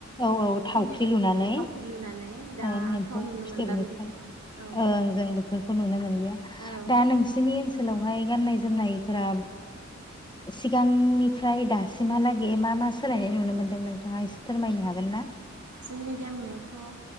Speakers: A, on the left (about 15°); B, on the right (about 75°).
A: औ औ थावख्रि
B: इन्दि खुन्दुं
A: लुनानै
B: थावख्रि लुनानै दाथ'
A: ओ एम्फौ
B: नुनो
A: फिथोबनिफ्राय
B: मोनला बेफोरखौहाय औ
A: ओं जों बेफोरखौ नुनो मोनलिया
B: औ
A: दा नोंसि जोंनि ओनसोलावहाय गाननाय जोमनायफोरा सिगांनिफ्राय दासिमहालागै मा मा सोलायनाय नुनो मोनदों नोंथाङा एसे फोरमायनो हागोन ना?
B: जोंनि गामियावथ'